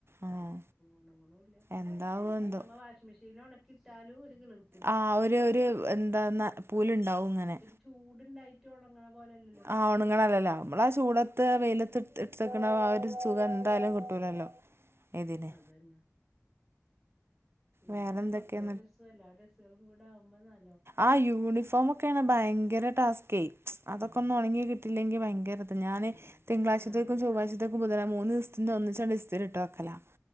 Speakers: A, on the right; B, in the centre.
A: ആഹ്
B: ഒണങ്ങുണുല്ല
A: എന്താവോ എന്തോ
B: വാഷി മിഷീൻ ഉണക്കിട്ടാലും ഒരു ക്
A: ആഹ് ഒരുര് എന്താന്ന് പൂല്ണ്ടാവും ങ്ങനെ
B: ചൂട്ണ്ടായിട്ട് വാണം ഇങ്ങള പോലെല്
A: ആ ഒണുങ്ങളല്ല ല്ലോ നമ്മളാ ചൂടത്ത് വെയിലത്ത് എട്തക്കണ ആ ഒരു സുഖം എന്തായാലും കിട്ടൂലല്ലോ
B: ഉം
A: ഇതിന്
B: അതന്നെ ഇത്
A: വേറെന്തൊക്കെയാ
B: പ്പോ മക്കളെ ഡസ്സും എല്ലാ ഡസ്സും കൂടെ ആമ്പോ ന
A: ആഹ് യൂണിഫോമൊക്കെയാണ് ഭയങ്കര ടാസ്കെ അതൊക്കെ
B: ഉം
A: ഒന്ന് ഉണങ്ങി കിട്ട് തില്ലങ്കിൽ ഭയങ്കര ദാ ഞാന്
B: ഉം
A: തിങ്കളാഴ്ചത്തേക്കും
B: ഞാനിപ്പോ
A: ചൊവ്വാത്തേക്കും നു തനെ മൂന്ന് ദിവസത്തി ഒന്നിചാണ്ട് ഇസ്തിരിട്ട് വക്കലാ